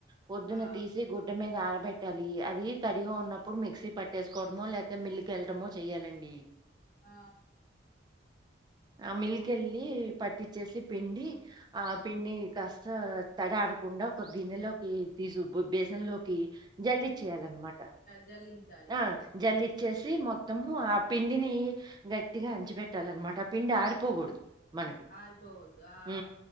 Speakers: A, on the right; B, on the left.
A: పొద్దున్న
B: ఆ
A: తీసి గుట్ డ మీద ఆరబెట్టాలి అది తడిగా ఉన్నప్పుడు మిక్సీ పట్టేసుకోవడమో లేకతే మిల్క్ ఎల్టమో చెయ్యాలండి
B: ఆ
A: ఆ మిల్కెల్లి పట్టించేసి పిండి ఆ పిండి కాస్త తడీ ఆరకుండా ఒక గిన్నెలోకి తీసు బేసన్లోకి జల్లిచ్చేయాలన్నమాట
B: జల్లించా
A: ఆ జల్లిచ్చేసి మొత్తము ఆ పిండిని గట్టిగా అంచిపెట్టాలన్నమాట ఆ పిండి ఆరిపోకూడదు మనకి
B: ఆరిపోవద్దు ఆ
A: ఉ